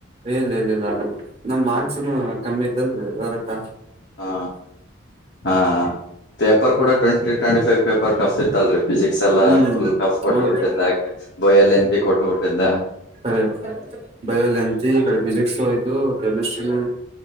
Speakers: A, on the right; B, on the left.
A: ಇಲ್ಲ ಇಲ್ಲ ಇಲ್ಲ ಅ ನಮ್ ಮಾರ್ಕ್ಸ್ನು ಕಮ್ಮಿ ಐತ್ಲ್ರಿ ಅವ್ರ ಕ
B: ಹಾ ಹ ಪೇಪರ್ ಕೂಡ twenty twenty five paper tough ಇತ್ತಲ್ರಿ ಫಿಸಿಿಕ್ಸ್ ಎಲ್ಲ
A: ಹ್ಮ್
B: ಫುಲ್ ಟಫ್ ಕೊಟ್ಟು
A: ಹೌದು
B: ಬಿಿಟ್ಟಿದ್ದ ಬೋಯಲ್ಲಿ ಎಂತಿ ಕೊಟ್ಟು ಬಿಿಟ್ಟಿದ್ದ
A: ಅರೆ ಬಯ ಎಂತ ಕಡಿಪಿಸಿ ಇದು ಕೆಮಿಸ್ಟ್ರಿನ